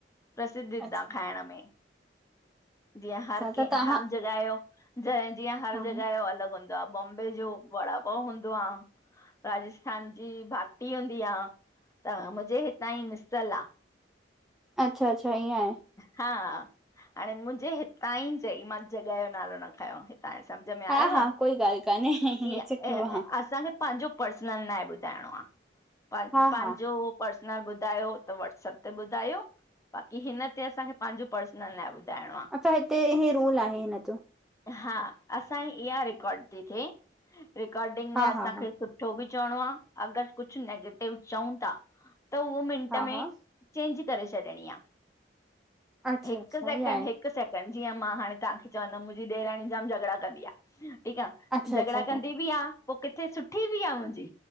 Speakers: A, on the left; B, in the centre.
A: प्रसिद्धिद्ध
B: अच्छा
A: आ खाइंण में। जीअं हर
B: अच्छा
A: कं
B: त तव्हां
A: हर जॻह जो, जीअं हर
B: हा
A: जॻह जो अलॻि हूंदो आ, बॉम्बे जो वड़ा पाव हूंदो आ, राजस्थान जी भाटी हुंद दी आ त मुंहिंजे हितां जी मिस्यल आ।
B: अच्छा -अच्छा, ईअं आहे।
A: हा हाणे मुंहिंजे हितां यी चई, मां जॻहि जो नालो न खयों। हितां यो सम्झ में आयव,
B: हा हा कोई ॻाल्हि कान्हे
A: ईय
B: सुठो
A: इ
B: आहे
A: असांखे पांजो पर्सनल ना हे ॿुधाइणो आ, प
B: हा
A: पांजो
B: हा
A: पर्सनल ॿुधायो त व्हॉट्सअप ते ॿुधायो, बाक़ी हिन ते असांखे पांजो पर्सनल नाहे ॿुधाइणों आ।
B: अच्छा हिते हे रूल आहे हिन जो
A: हा असांजी इह्या रिकॉर्ड ती थिए, रिकॉर्डिंग में
B: हा
A: असांखे
B: हा हा
A: सुठ ठो बि चवणो आ, अगरि कुछु नैगेटिव चऊं ता, त उहो मिंट
B: हा
A: में
B: हा
A: चेंज करे छॾिणी आ।
B: अच्छा
A: हिकु
B: अच्छा
A: सेकिंड,
B: ईअं आहे
A: हिकु सेकिड जीअं मां हाणे तव्हांखे चवंदमि मुंहिंजी ॾेराणी जाम झगड़ा कंदी आ ठीकु आ,
B: अच्छा
A: झगड़ा
B: अच्छा अच्छा
A: कंदी बि आ पो किथे सुठी बि आ मुंजी